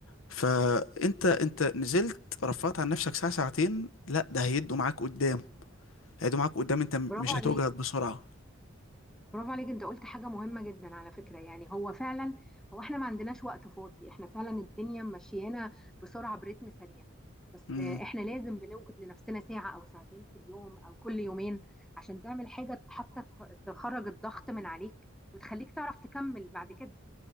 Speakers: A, on the left (about 80°); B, in the centre.
A: فانت انت نزلت رفعت عن نفسك ساعة ساعتين لا ده هيدوا معاك قدام هيدوا معاك قدام انت م-
B: برافو
A: مش هتوجد
B: عليك
A: بسرعة
B: برافو عليك أنت قلت حاجة مهمة جدا على فكرة يعني هو فعلا هو إحنا ما عندناش وقت فاضي إحنا فعلا الدنيا ماشيانا بسرعة برتم سريع بس
A: امم
B: إحنا لازم بنوجد لنفسنا ساعة أو ساعتين في اليوم أو كل يومين عشان تعمل حاجة حتى ت- تخرج الضغط من عليك وتخليك تعرف تكمل بعد كده